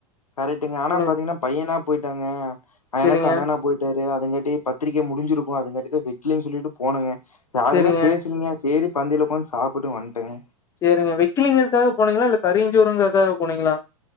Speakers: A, on the left (about 85°); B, on the left (about 15°).
A: கரெக்ட்டுங்க ஆனா
B: சொல்லுங்க
A: பாத்தீங்கன்னா பையனா போயிட்டங்க
B: சேரிங்க
A: எனக்கு அண்ணனா போயிட்டாரு அதுங்கட்டி பத்திரிக்கம் முடிஞ்சிருக்கோ அதுங்காட்டி வெக்கலேன் சொல்லிட்டு போனங்க யாருமே
B: சேரிங்க,
A: பேசலீங்க செரி பந்தில ஒக்காந்து சாப்புட்டு வன்ட்டங்க
B: சேரிங்க வெக்கிலிங்கற்துக்காக போனீங்ளா இல்ல கறியிஞ்சோறுங்க்காக போனீங்ளா